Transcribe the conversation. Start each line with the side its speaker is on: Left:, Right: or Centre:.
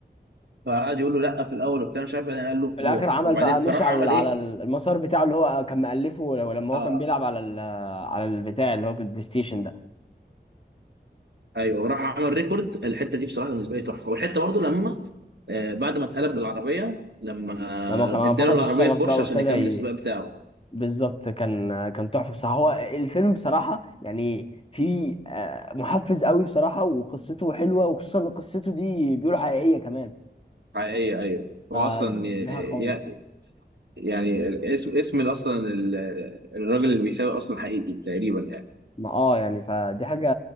Right: فقعد يقول له لا في الاول وبتاع مش عارف بعدين قال له
Left: في
Right: روح
Left: الاخر عمل
Right: وبعدين
Left: بقى
Right: فراح
Left: مشي على
Right: عمل
Left: على
Right: ايه
Left: المسار بتاعه اللي هو كان مألفه لما هو
Right: آه،
Left: كان بيلعب على ال- على البتاع اللي هو البلاي ستيشن ده
Right: ايوه راح عمل ريكورد الحته دي بصراحه بالنسبه لي تحفه والحته برضو لما آه، بعد ما اتقلب بالعربيه لما
Left: لما كان
Right: آه، اداله
Left: فقد
Right: العربيه
Left: الشغف
Right: البورش
Left: بقى وابتدى
Right: عشان يكمل
Left: ي...
Right: السباق بتاعه
Left: بالظبط كان كان تحفه بصراحه هو الفيلم بصراحه يعني في آه، محفز قوي بصراحه وقصته حلوه وخصوصا ان قصته دي بيقولوا حقيقيه كمان
Right: حقيقيه ايوه هو
Left: فدي
Right: اصلا ي-
Left: حاجه قويه
Right: يعني اسم اسم اصلا ال- الراجل اللي بيسابق اصلا حقيقي تقريبا يعني
Left: ما اه يعني فدي حاجة